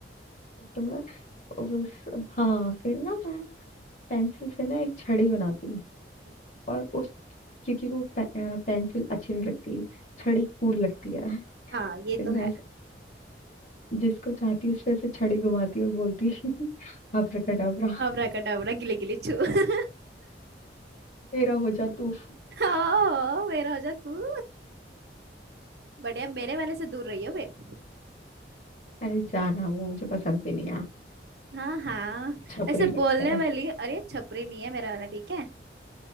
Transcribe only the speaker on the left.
तो, तो मैं और उस हाँ फिर ना मैं पेंसिल से ना एक छड़ी बनाती
और उस क्योंकि वो पे, पेंसिल अच्छी नहीं लगती छड़ी कूल लगती है
फिर
मैं
ऐसे- जिसको चाहती उस पे ऐसे छड़ी घुमाती और बोलती <laughs> अब्राकडाब्रा
मेरा हो जा तू
अरे जाना वो मुझे पसंद भी नहीं है
छपरी
लगता
है